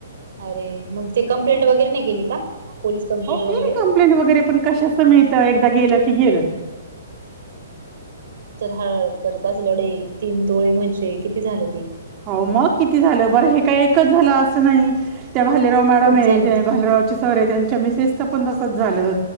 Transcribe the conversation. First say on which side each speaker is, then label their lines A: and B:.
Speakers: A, on the right; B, on the right.
A: अरे मग ते कंप्लेंट वगैरे नाही केली का? पोलीस कंप्लेंट
B: हो
A: वगैरे
B: केली कं्प्लेंट वगैरे पण कशाचं मिळत एकदा गेलं की गेलं
A: चर हळहळ च करत असतील एवढं तीन तोळे म्हणजे किती झालं ते
B: हो मग किती झालं बरं हे काय एकच झालं असं नाही, त्या भालेराव मॅडम
A: खूप
B: आहे
A: झालं
B: त्या
A: तुम
B: भालेराव त्यांचे सर आहे त्यानं च्या मिसेस च पण तसच झालं.